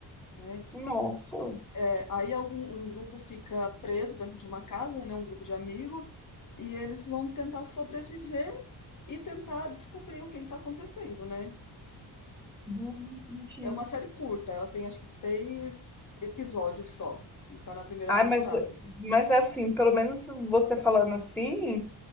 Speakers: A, on the left (about 50°); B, in the centre.
A: né?
B: Nossa.
A: É, aí algum um grupo fica preso dentro de uma casa, né? Um grupo de amigos e eles vão tentar sobreviver e tentar descobrir o que está acontecendo, né?
B: Não, não entendi.
A: É uma série curta, ela tem acho que seis episódios só e tá na primeira
B: Ai,
A: temporada.
B: mas, mas é assim, pelo menos você falando assim,